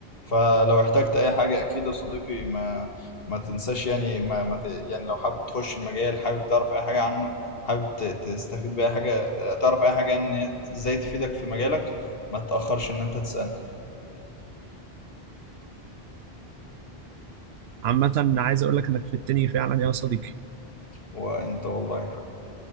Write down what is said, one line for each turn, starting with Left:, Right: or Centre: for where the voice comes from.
Left: فلو احتجت اي حاجة اكيد يا صديقي ما ما تنساش يعني ما, ما ت... يعني لو حابب تخش المجال حابب تعرف اي حاجة عنه حابب ت- تستفيد باي حاجة آه، تعرف اي حاجة يعني ان هي ازاي تفيدك في مجالك ما تتأخرش ان انت تسألني
Right: عامه عايز اقول لك انك في التاني فعلا يا صديقي
Left: وانت والله يا حبيبي